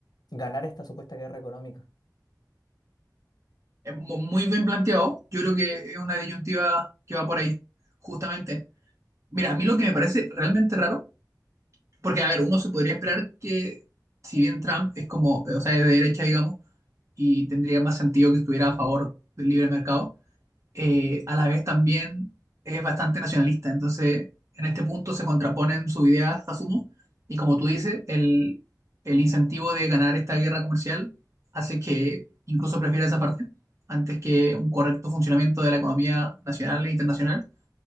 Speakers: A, on the left (about 65°); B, on the right (about 45°).
A: ganar esta supuesta guerra económica.
B: Es mu- muy bien planteado. Yo creo que es una disyuntiva que va por ahí, justamente. Mira, a mí lo que me parece realmente raro, porque a ver, uno se podría esperar que, si bien Trump es como, o sea, es de derecha, digamos, y tendría más sentido que estuviera a favor del libre mercado, eh, a la vez también es bastante nacionalista. Entonces, en este punto se contraponen sus ideas, asumo, y como tú dices, el, el incentivo de ganar esta guerra comercial hace que incluso prefiera esa parte antes que un correcto funcionamiento de la economía nacional e internacional.